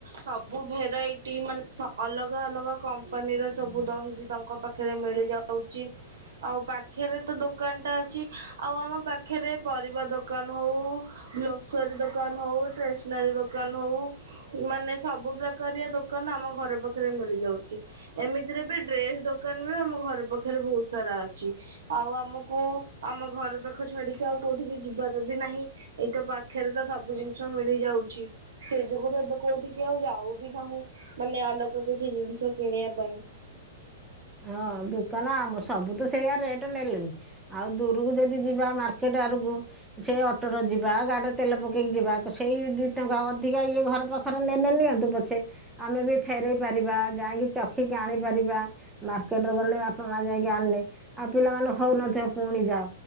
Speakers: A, on the right; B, in the centre.
A: ସବୁ ଭେରାଇଟି ମାନେ ଅଲଗା ଅଲଗା କମ୍ପାନୀର ସବୁ ଦହି ବି ତାଙ୍କ ପାଖ୍ ଖରେ ମିଳି ଯାଉଚି
B: <inaudible>
A: ଆଉ ପାଖରେ ତ ଦୋକାନ ଟା ଅଛି ଆଉ ଆମ ପାଖରେ ପରିବା ଦୋକାନ ହୋଉ ଗ୍ଲଷୋରୀ ଦୋକାନ ହୋଉ ଷ୍ଟେସନାରୀ ଦୋକାନ ହଉ ମାନେ ସବୁ ପ୍ରକାରିଆ ଦୋକାନ ଆମ ଘର ପାଖରେ ମିଳିଯାଉଚି। ଏମିତିରେ ବି ଡ୍ରେସ ଦୋକାନ ବି ଆମ ଘର ପାଖରେ ବହୁତୁ ସାରା ଅଛି ଆଉ ଆମୁ କୁ ଆମ ଘର ପାଖ ଛାଡିକି ଆଉ କୋଉଠିକି ଯିବାର ବି ନାହିଁ। ଏଇତ ପାଖରେ ତ ସବୁଜିନିଷ ମିଳି ଯାଉଚି ସେ ଯୋଗୁରୁ ଏବେ କୋଉଠିକୁ ଆଉ ଯାଉବି ନାହୁଁ ମାନେ ଅଲଗା କିଛି ଜିନିଷ କିଣିବା ପାଇଁ
B: ହଁ ଦୋକାନ ଆମ ସବୁତ ସେଇଆ ରେଟ୍ ନେଲେଣୀ ଆଉ ଦୂରକୁ ଯଦି ଯିବା ମାର୍କେଟ ଆଡକୁ ସେ ଅଟର ଯିବା ଗାଡ଼ିରେ ତେଲ ପକେଇକି ଯିବା ସେଇ ଦି ଟଙ୍କା ଅଧିକା ଇଏ ଘର ପାଖ ଥର ନେଲେ ନିଅନ୍ତୁ ପଛେ ଆମେ ବି ଫେରେଇ ପାରିବା ଯାଇକି ଚାଖିକି ଆଣି ପାରିବା ମାର୍କେଟର ଗଲେ ବାପା ମା ଯାଇକି ଆଣିଲେ ଆଉ ପିଲାମାନେ ହଉନଥିବେ ପୁଣି ଯା